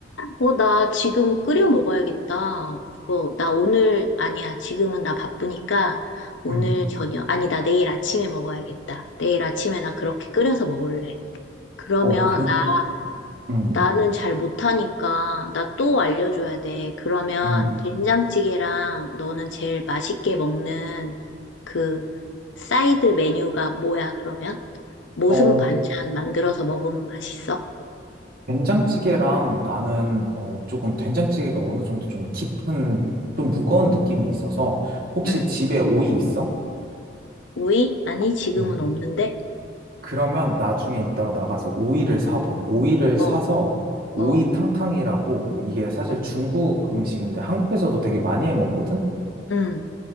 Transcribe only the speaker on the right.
음.
어, 그,
음,
음.
어,
된장찌개랑 나는, 어, 조금 된장찌개가 어느 정도 좀 깊은, 좀 무거운 느낌이 있어서, 혹시
집에 오이 있어?
음.
그러면 나중에 이따가 나가서 오이를 사봐. 오이를
사서 오이탕탕이라고
이게 사실
중국 음식인데 한국에서도 되게 많이 해 먹거든?